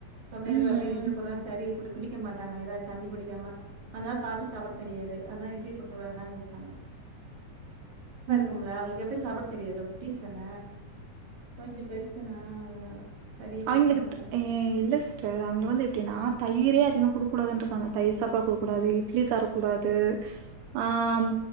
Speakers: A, on the right; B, on the right.
A: தொண்டையில
B: ம்,
A: போய் அப்டியே நின்ட்டுக்குரூ
B: ம்,
A: தரி குடி குடிக்க மாட்டாங்க ஏதாவ்து தண்ணி குடிக்காம அத்னா பாத்து சாப்பிட தெரியாது அத்னா இட்லி குடுத்து வேணா கேப்பாங்க
B: ம்.
A: கும்ல அவங்ளுக்கு எப்டி சாப்பிட தெரியாதுல குட்டீஸ் தான கொஞ்சோ பெருசனா அதனால பெரிய
B: அவிங்களுக்குத்
A: பசங்கலாம் சாப்பிட
B: இ ல்ல சிஸ்டர் அவ்ங்க வந்து எப்டின்னா தயிரே அதிக குடுக்கூடாதுன்ருக்காங்க தயிர் சாப்பாடு குடுக்கூடாது இட்லி தரக்கூடாது ஆம்